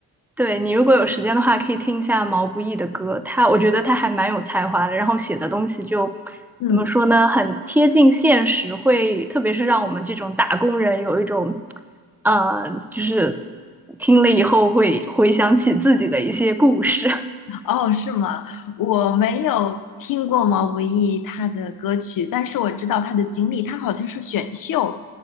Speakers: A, in the centre; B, on the left.
A: 对你如果有时间的话，可以听一下毛不易的歌，他我觉得他还蛮有才华的，然后写的东西就
B: 嗯
A: 怎么说呢，很贴近现实，会特别是让我们这种打工人有一种，呃，就是听了以后会回想起自己的一些故事。
B: 哦是吗？我没有听过毛不易他的歌曲，但是我知道他的经历，他好像是选秀